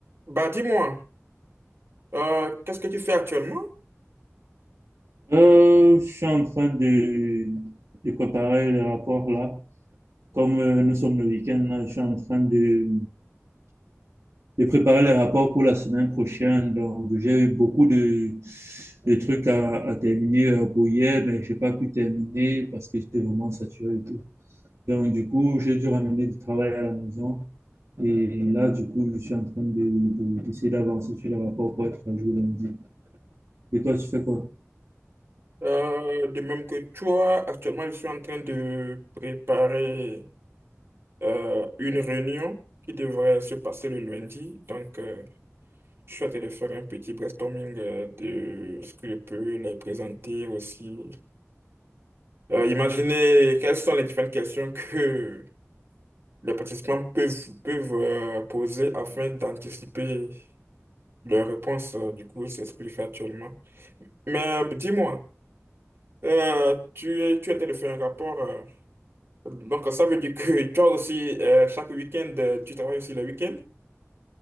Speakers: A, on the right (about 50°); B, on the right (about 70°).
A: Bah dis-moi, euh, qu'est-ce que tu fais actuellement?
B: Euh, je suis en train de, de préparer les rapports là. Comme euh, nous sommes le week-end là, je suis en train de, de préparer les rapports pour la semaine prochaine. Donc, j'ai eu beaucoup de, de trucs à, à terminer euh, pour hier, mais j'ai pas pu terminer parce que j'étais vraiment saturé et tout. Donc, du coup, j'ai dû ramener du travail à la maison. Et là, du coup, je suis en train de, de- d'essayer d'avancer sur les rapports pour être à jour lundi. Et toi, tu fais quoi?
A: Euh, de même que toi, actuellement, je suis en train de préparer euh, une réunion qui devrait se passer le lundi. Donc, euh, je suis en train de faire un petit brainstorming euh, de ce que je peux les présenter aussi. Euh, imaginez quelles sont les différentes questions que les participants peuvent, peuvent euh, poser afin d'anticiper leurs réponses. Euh, Du coup, c'est ce que je fais actuellement. Mais dis-moi. Euh, tu es, tu étais de faire un rapport. euh, donc, ça veut dire que <laughs> toi aussi, euh, chaque week-end, euh, tu travailles aussi le week-end?